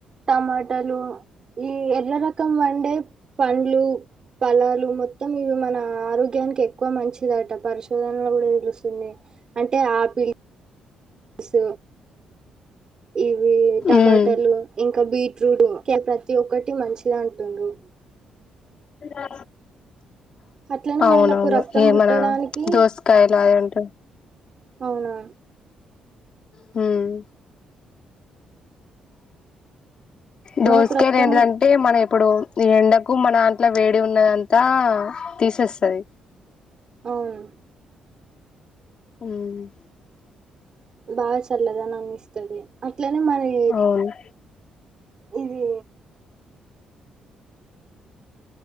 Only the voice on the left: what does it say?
ఉమ్
అ
అవునవును
ఏమనా
దోసకాయలు అదంటే
హుమ్ దోసకయలేంటిదంటే
మన ఎప్ ప్పుడు ఈ ఎండకు మనదంట్ల వేడిగ ఉన్నదంతా తీసేస్తది
మ్
అవును